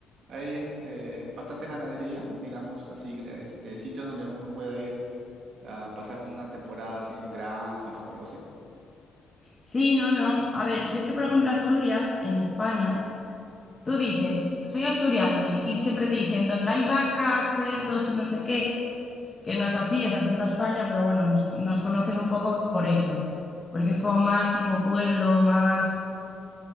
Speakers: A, on the right; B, on the left.
A: hay este bastante ganadería, digamos así, gr- este, sitios donde uno pueda ir a pasar una temporada así en granjas o algo así.
B: Sí, no, no. A ver, yo es que, por ejemplo, Asturias, en España, tú dices, soy asturiano y, y siempre te dicen, donde hay vacas, cerdos y no sé qué. que no es así, es así en toda España, pero bueno, nos, nos conocen un poco por eso, porque es como más tipo pueblo, más,